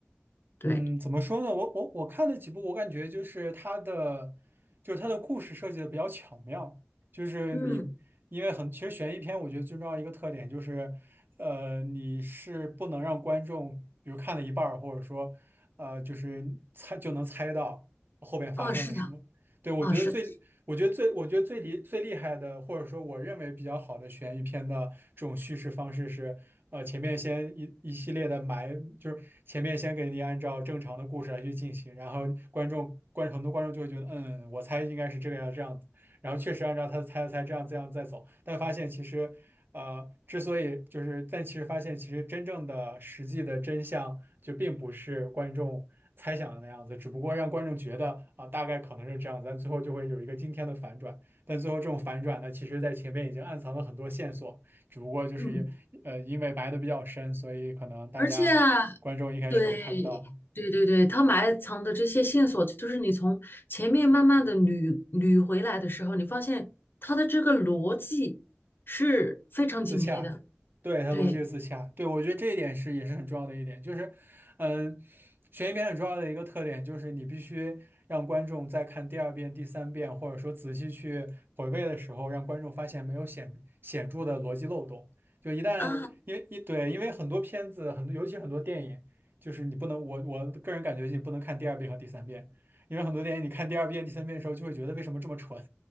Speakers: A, on the left; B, on the right.
A: 对，
B: 嗯，怎么说呢？我我我看了几部，我感觉就是它的，就是它的故事设计的比较巧妙。就是你，
A: 嗯，
B: 因为很，其实悬疑片我觉得最重要一个特点就是，呃，你是不能让观众，比如看了一半儿，或者说，呃，就是猜就能猜到后边发生了什么。
A: 哦，是的，
B: 对，我觉得最我觉得最我觉得最厉最厉害的，
A: 哦，是的，
B: 或者说我认为比较好的悬疑片的这种叙事方式是，呃，前面先一一系列的埋，就是前面先给你按照正常的故事来去进行，然后观众观很多观众就会觉得，嗯，我猜应该是这个样这样子。然后确实按照他的猜的猜这样这样再走，但发现其实，呃，之所以就是，但其实发现其实真正的实际的真相就并不是观众猜想的那样子，只不过让观众觉得啊、大概可能是这样子，但最后就会有一个惊天的反转。但最后这种反转呢，其实在前面已经暗藏了很多线索，只不过就是因呃因为埋的比较深，
A: 嗯，
B: 所以可能大家观众一开始就看不到。
A: 而且。对，对对对，他埋藏的这些线索，就是你从前面慢慢的捋捋回来的时候，你发现他的这个逻辑是非常紧密的。
B: 自洽，对，它逻辑是自洽，
A: 对
B: 对，我觉得这一点是也是很重要的一点，就是，嗯，悬疑片很重要的一个特点就是你必须让观众在看第二遍、第三遍，或者说仔细去回味的时候，让观众发现没有显显著的逻辑漏洞。就一旦因为一对，
A: 啊，
B: 因为很多片子，很多尤其很多电影，就是你不能，我我个人感觉你不能看第二遍和第三遍，因为很多电影你看第二遍、第三遍的时候就会觉得为什么这么蠢，